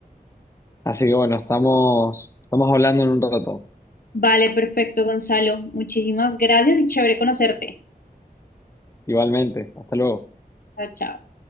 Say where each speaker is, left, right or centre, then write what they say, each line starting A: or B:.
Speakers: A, on the left; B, on the left.
A: Así que bueno, estamos, estamos hablando en un rato.
B: Vale, perfecto, Gonzalo, muchísimas gracias y chévere conocerte.
A: Igualmente, hasta luego.
B: Chao, chao.